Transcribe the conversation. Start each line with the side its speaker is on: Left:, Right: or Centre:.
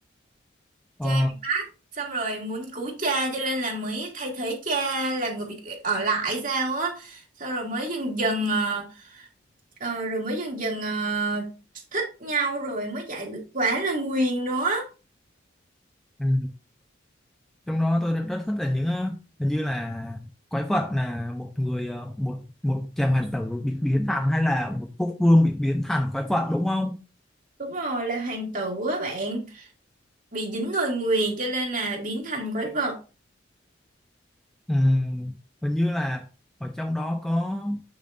Centre: Ờ,
Right: cha bị bắt xong rồi muốn cứu cha cho nên là mới thay thế cha là người bị ở lại sao á. Xong rồi mới dần dần ờ, ờ, rồi mới dần dần ờ, thích nhau rồi mới chạy được quả là nguyền đó.
Centre: ừ, trong đó tôi rất rất thích là những ờ, hình như là quái vật là một người ờ, một một chàng hoàng tử bị biến thành hay là một quốc vương bị biến thành quái vật đúng không
Right: Đúng rồi là hoàng tử á bạn bị dính lời nguyền cho nên là biến thành quái vật
Centre: Ừm, hình như là ở trong đó có